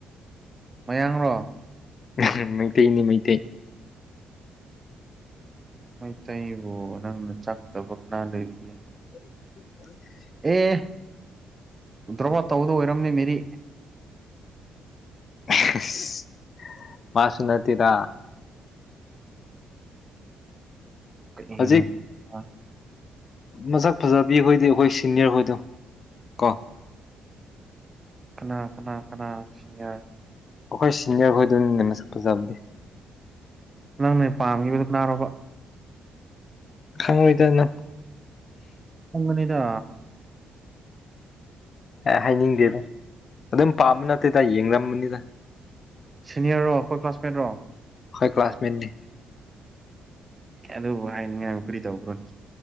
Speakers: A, on the right; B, on the left.
A: ꯃꯌꯥꯡꯔꯣ
B: <unintelligible> ꯃꯩꯇꯩꯅꯤ ꯃꯩꯇꯩ
A: ꯃꯩꯇꯩꯕꯨ ꯅꯪꯅ ꯆꯥꯛꯇꯕ ꯀꯅꯥ ꯂꯩꯔꯤꯒꯦ
B: <unintelligible>
A: ꯑꯦ ꯗ꯭ꯔꯣ ꯑꯣꯠ ꯇꯧꯕꯗꯨ ꯑꯣꯏꯔꯝꯅꯤ ꯃꯦꯔꯤ
B: <unintelligible> ꯃꯥꯁꯨ ꯅꯠꯇꯦꯗ
A: ꯀꯔꯤꯅꯣ
B: ꯍꯧꯖꯤꯛ
A: <unintelligible>
B: ꯃꯁꯛ ꯐꯖꯕꯤ ꯍꯣꯏꯗꯤ ꯑꯩꯈꯣꯏ ꯁꯤꯅꯤꯌꯔ ꯍꯣꯏꯗꯣ ꯀꯣ
A: ꯀꯅꯥ ꯀꯅꯥ ꯀꯅꯥ ꯁꯤꯅꯤꯌ꯭ꯔ
B: ꯑꯈꯣꯏ ꯁꯤꯅꯤꯌꯔ ꯍꯣꯏꯗꯣꯅꯤꯅꯦ ꯃꯁꯛ ꯐꯖꯕꯗꯤ
A: ꯅꯪꯅ ꯄꯥꯝꯈꯤꯕꯗꯨ ꯀꯅꯥꯔꯣꯕ
B: ꯈꯪꯉꯣꯏꯗꯅꯪ
A: ꯈꯪꯒꯅꯤꯗꯥ
B: ꯑꯦ ꯍꯥꯏꯅꯤꯡꯗꯦꯗ ꯑꯗꯨꯝ ꯄꯥꯝꯕ ꯅꯠꯇꯦꯗ ꯌꯦꯡꯔꯝꯕꯅꯦꯗ
A: ꯁꯤꯅꯤꯌꯔꯔꯣ ꯑꯩꯈꯣꯏ ꯀ꯭ꯂꯥꯁ ꯃꯦꯠ ꯂꯣ
B: ꯑꯈꯣꯏ ꯀ꯭ꯂꯥꯁ ꯃꯦꯠꯅꯦ
A: ꯑꯗꯨꯕꯨ ꯍꯥꯏꯅꯤꯡꯉꯥꯏ ꯀꯔꯤ ꯇꯧꯕ꯭ꯔꯣꯅꯦ